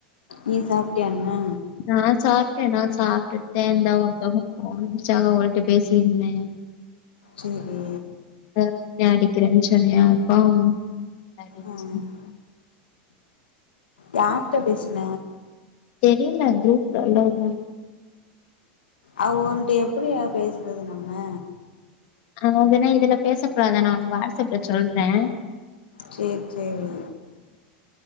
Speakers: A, on the left; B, on the left.
A: நீ சாப்ட்டியாண்ணே
B: நா சாப்ட்டே நா சாப்ட்டுட்தே இந்தா ஒருத்தவங்க ஃபோன் அடிச்சாங்க அவுங்கள்ட பேசிட்டுருந்தே
A: சேரி
B: <unintelligible> இந்தா அடிக்கிறேன்னு சொன்னியா அப்போ அப்டின்னு
A: ஆஹ்
B: சொன்
A: யார்ட பேசுன
B: தெரில குருப்புல உள்ளவுங்கதா
A: அவுங்கள்ட்ட எப்படியா பேசுறது நம்ம
B: அவுங்க வந்துன இதுல பேச கூடாது நா உங்களுக்கு வாட்ஸ்அப்ல சொல்ற
A: சேரி சேரி